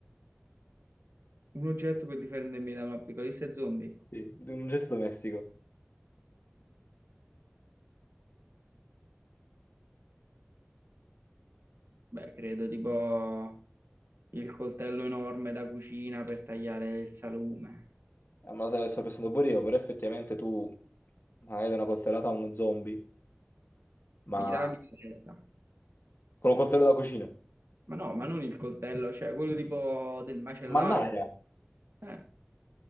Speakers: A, on the right; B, on the left.
A: Un oggetto per difendermi da un un'apocalisse zombie?
B: Sì, un oggetto domestico.
A: Beh, credo tipo il coltello enorme da cucina per tagliare il salume.
B: Ah, ma lo sai, lo sto pensando pure io, però effettivamente tu magari dai una coltellata a uno zombie, ma
A: Mi taglio la testa.
B: con un coltello da cucina.
A: Ma no, ma non il coltello, cioè quello tipo del macellaio.
B: Mannaia,
A: Eh,